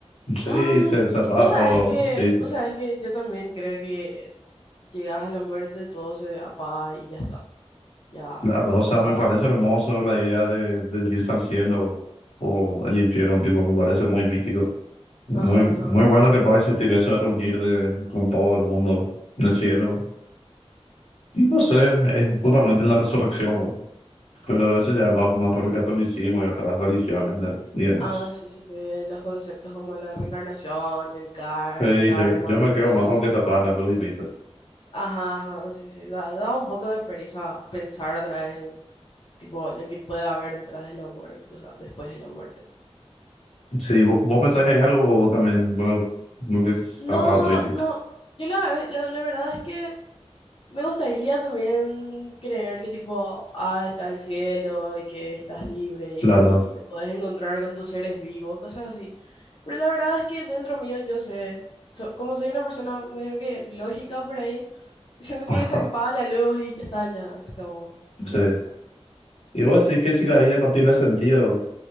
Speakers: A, on the left; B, on the left.
A: Sí,
B: Mm,
A: se- zapatos.
B: vos sabés que,
A: sí.
B: vos sabés que yo también creo que Llegas a la muerte, todo se apaga y ya está. Ya
A: La, o
B: se
A: sea,
B: acaba
A: me parece
B: todo.
A: hermoso la idea de, de irse al cielo o al infierno, tipo, me parece muy místico. Muy,
B: Ajá, ajá.
A: muy bueno que pueda existir eso de reunir de- con todo el mundo en el cielo. Y no sé, es justamente la resurrección, güey. Pero eso ya va más por el catolicismo y otras religiones ¿no? y demás.
B: Ah, sí, sí, sí. Los conceptos como la reencarnación, el car,
A: Sí,
B: el karma,
A: yo, yo me quedo
B: cosas
A: más con
B: así.
A: que se apagan la luz y listo.
B: Ajá, ajá, sí, sí. Da, da un poco de pereza pensar otra vez en, tipo, lo que puede haber detrás de la muerte, o sea, después de la muerte.
A: Sí, vos, vos pensás que hay algo o también, bueno, no que es
B: No,
A: zapato y listo.
B: no. Yo la, ve- la, la verdad es que Me gustaría también creer que tipo, ah, está el cielo y que estás libre
A: Claro.
B: y, te puedes encontrar con tus seres vivos, cosas así. Pero la verdad es que dentro mío yo sé, so- como soy una persona medio que lógica por ahí, siento
A: Ah,
B: que se apaga la luz y ya está, ya se acabó.
A: sí. Y vos sí que si la vida no tiene sentido,